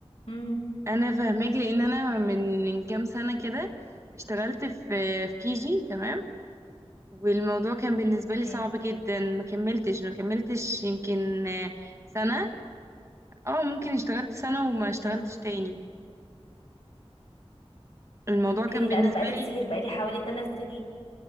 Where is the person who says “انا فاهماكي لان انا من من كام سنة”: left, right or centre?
Right